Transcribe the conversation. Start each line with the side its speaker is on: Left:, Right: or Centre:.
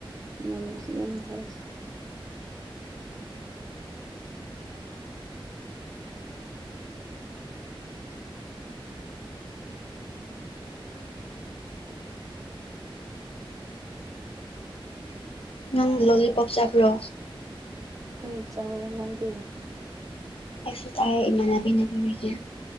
Right: ꯌꯥꯝꯅꯥ ꯌꯥꯝꯅ ꯍꯥꯏꯌꯦ
Left: ꯅꯪ ꯂꯣꯂꯤꯄꯣꯞ ꯆꯥꯕ꯭ꯔꯣ
Right: ꯍꯣꯏ ꯆꯌ‌ꯦꯏ ꯅꯗꯤꯌꯥ
Left: ꯑꯧꯁꯨ ꯆꯥꯏꯑ‌ꯦ ꯏꯃꯅꯕꯤꯅꯕꯤꯕꯤꯒꯦ